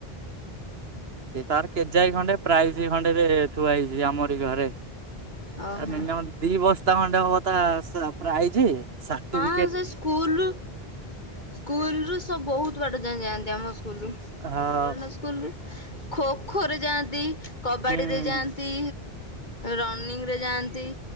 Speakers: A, on the right; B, on the left.
A: ସେ ତାର କେଜାଇ ଖଣ୍ଡେ ପ୍ରାଇଜ ଖଣ୍ଡେରେ ଥୁଆ ହେଇ ଚି ଆମରି ଘରେ।
B: ଓହୋ
A: ମିନିମମ୍ ଦି ବସ୍ ସ୍ତା ଖଣ୍ଡେ ହବ ତା ପ୍ରାଇଜି, ସାଟିଫି
B: ନାଇଁ ସେ ସ୍କୁୂଲରୁ ସ୍କୁଲରୁ ସବୁ ବହୁତ ବାଟ ଯାଏଁ ଯାଆନ୍ତି ଆମ ସ୍କୁଲୁରୁ,
A: ହଁ
B: ଗୋରଡ ସ୍କୁଲରୁ ଖୋ ଖୋ ରେ ଯାଆନ୍ତି କବାଡ଼ିରେ
A: ହୁଁ
B: ଯାଆନ୍ତି, ରନିଂ ରେ ଯାଆନ୍ତି